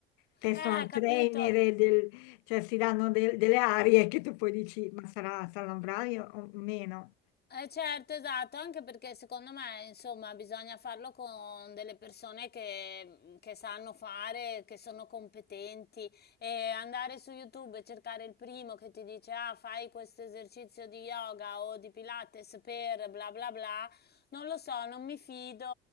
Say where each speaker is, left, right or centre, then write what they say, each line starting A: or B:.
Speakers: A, on the left; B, on the left.
A: personal
B: Eh,
A: trainer,
B: capito?
A: e del- cioè, si danno del- delle arie che tu poi dici, ma sarà, sarà un bravo o meno?
B: Eh certo, esatto, anche perché secondo me, insomma, bisogna farlo con delle persone che, che sanno fare, che sono competenti e andare su YouTube e cercare il primo che ti dice ah, fai questo esercizio di yoga o di Pilates per bla bla bla, non lo so, non mi fido,